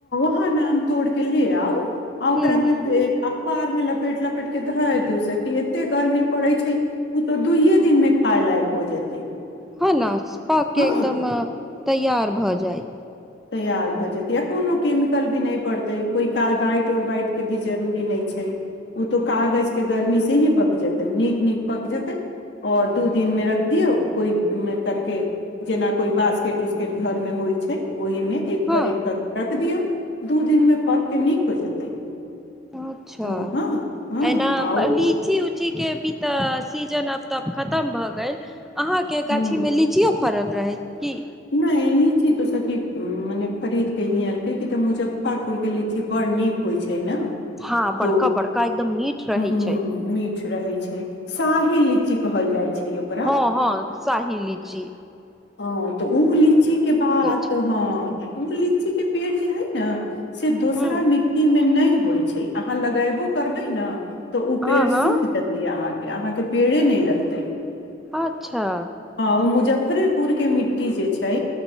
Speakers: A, on the left; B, in the centre.
A: हाँ नाम तोड़ के ले आउ आ ओकरा
B: हूँ हूँ
A: मे पुआर मे लपेट लपेट के ध दू सेखी एते गर्मी पड़े छै तो दुइये दिन मे खाय लायक हो जेतै
B: ह न पक के
A: हँ
B: एकदम तैयार भऽ जाइ
A: तैयार भऽ जेतै या कोनो केमिकल भी नहि पड़तै कोइ कार बाइट उर बाइटके भी जरूरी नहि छै ओ तऽ कागज के गर्मी से ही पक जेतै नीक नीक पक जेतै आओर दू दिन मे रख दियौ कोइ तर के जेना कोई बास्केट उस्केट घर में होइ छै ओहिमे एक
B: हँ
A: पर एक पक रख दियौ दू दिन मे पक के नीक हो जेतै
B: अच्छा
A: ओ हँ हँ
B: एना
A: आ ओ
B: लीची उ ची के भी त सीजन आब तऽ खत्म भ गेल आहाॅं के
A: ह
B: गाछी मे लीचीओ फड़ल रहै कि
A: नहि लीची तो सखी मने खरीद के ही एलकै क तऽ मुजफ्फरपुर के लीची बड़ नीक होइ छै
B: हँ बड़का
A: तो
B: बड़का एकदम मीठ रहै
A: ह्म
B: छै
A: मीठ रहै छै सा ही लीची कहल जाइ छै ओकरा
B: हाँ हाँ साहिलीची
A: ह तऽ ओ लीची के बात
B: छै
A: हाँ ओ लिची के पेड़ जे हय ने से दोसरा
B: हूँ
A: मिट्टीमे नहि होइत छै अहाँ लगयबो करबै ना तऽ ओ
B: हँ
A: पेड़
B: हँ
A: सूख जेतै अहाँके अहाँके पेड़े नहि लगतै
B: अच्छा
A: हाँ ओ मुजफ्फरपुर के मिट्टी जे छै